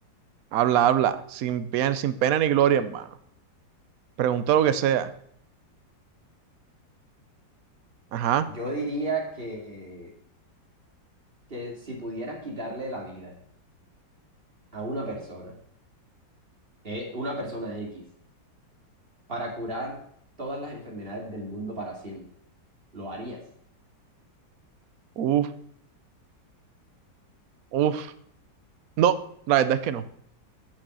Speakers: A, on the right; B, on the right.
A: Habla, habla. Sin pena, sin pena ni gloria, hermano. Pregunta lo que sea. Ajá.
B: yo diría que, que si pudieras quitarle la vida a una persona, eh, una persona X, para curar todas las enfermedades del mundo para siempre lo harías.
A: Uf, uf. No, la verdad es que no.